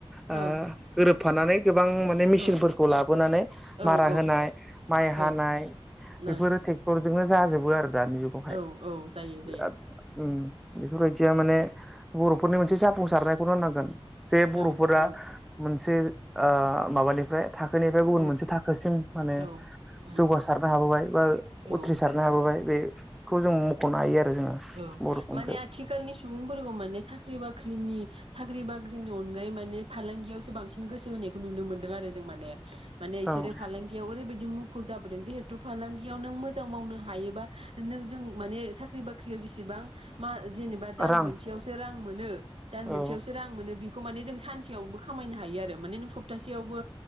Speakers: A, in the centre; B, on the right.
A: ओ
B: ओं
A: गोरोबफानानै। गोबां माने मेसिनफोरखौ
B: ओं
A: लाबोनानै मारा
B: औ औ
A: होनाय माइ हानाय
B: ओं
A: बेफोरो
B: ओं
A: ट्रेक्टर जोंनो जाजोब बोआर दानि जुगावहाय
B: औ औ जायो जायो
A: बेयाद ओम बेफोर बायदिया माने बरफ फोरनि मोनसे जाफुंसारनायखौनो होननांगोन। जे बर'फोरा
B: ओं ओं
A: मोनसे ओ माबानिफ्राय थाखोनिफ्राय गुबुन
B: उम
A: मोनसे थाखोसिम माने
B: औ उम
A: जौगासारनो हाबोबाय बा
B: औ
A: उथ्रिसारनो हाबोबाय बे खौ जों मख'नो हायो आरो। जोङो
B: औ
A: बर'फोरनिफ्राय
B: माने आथिखालनि सुबुंफोरखौ माने साख साख्रि बाख्रिनि साख्रि बाख्रिनि अनगायै माने फालांगियावसो बांसिन गोसो होनाय नुनो मोनदों आरो जों माने माने
A: औ
B: इसोर फालांगियाव ओरै दि मुखुब जाबोदों जिहेतु फालांगियाव नों मोजां मावनो हायोबा नों जों माने साख्रि बाख्रि साख्रियाव जेसेबां जेनेबा दान
A: रां
B: मोनसेयावसो रां मोनो दान मोनसेयावसो
A: औ
B: रां मोनो बि खौ माने जों सानसेयावबो खामायनो हायो आरो माने नों सप्तासेयावबो